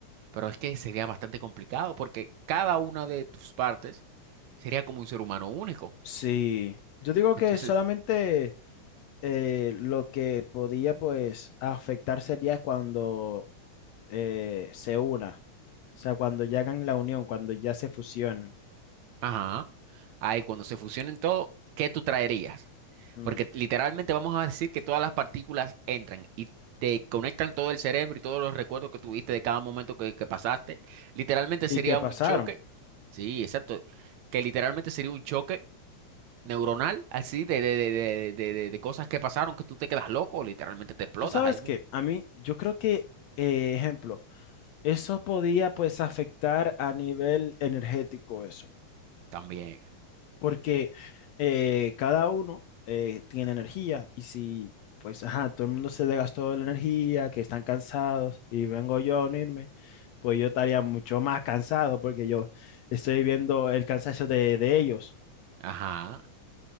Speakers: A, on the right; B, on the left.
A: pero es que sería bastante complicado porque cada una de tus partes sería como un ser humano único.
B: Sí, yo digo
A: Entonces,
B: que solamente eh, lo que podía pues afectar sería cuando eh, se una, o sea, cuando ya hagan la unión, cuando ya se fusionen.
A: ajá, ahí cuando se fusionen todo, ¿qué tú traerías?
B: Mm.
A: Porque literalmente vamos a decir que todas las partículas entran y te conectan todo el cerebro y todos los recuerdos que tuviste de cada momento que, que pasaste. Literalmente
B: ¿Y
A: sería
B: qué pasaron?
A: un choque, sí, exacto, que literalmente sería un choque neuronal así de, de, de, de, de, de de cosas que pasaron que tú te quedas loco, literalmente te explotas
B: Tú sabes
A: ahí mismo.
B: que a mí, yo creo que, eh, ejemplo, eso podía pues afectar a nivel energético eso.
A: También.
B: porque eh, cada uno eh, tiene energía y si, pues, ajá, todo el mundo se desgastó de la energía, que están cansados y vengo yo a unirme, pues yo estaría mucho más cansado porque yo estoy viendo el cansancio de, de ellos.
A: Ajá.